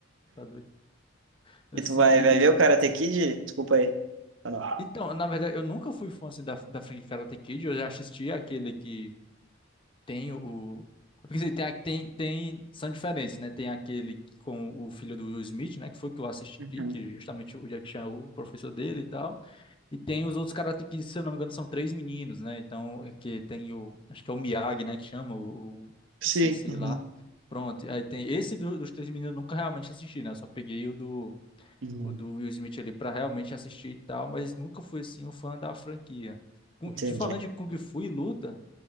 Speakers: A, on the left; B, on the right.
A: Tá doido. Assim,
B: e tu vai,
A: e,
B: vai ver
A: e-
B: o Karate Kid? Desculpa aí. Ou não?
A: Então, na verdade, eu nunca fui fã assim, da, da franquia Karate Kid, eu já assisti aquele que tem o. é Porque assim, tem, a- tem, tem. São diferentes, né? Tem aquele com o filho do Will Smith, né? Que foi o que eu assisti,
B: Uhum.
A: que justamente o Jack Chan é o professor dele e tal. E tem os outros caras que, se eu não me engano, são três meninos, né? Então, é que tem o. Acho que é o Miyagi, né? Que chama o, o,
B: Sim.
A: o sensei
B: Uhum.
A: lá. Pronto. Aí tem esse do- dos três meninos, eu nunca realmente assisti, né? Eu só peguei o do,
B: Uhum.
A: o do Will Smith ali pra realmente assistir e tal, mas nunca fui assim um fã da franquia. Cu-
B: Entendi.
A: De falando de Kung Fu e luta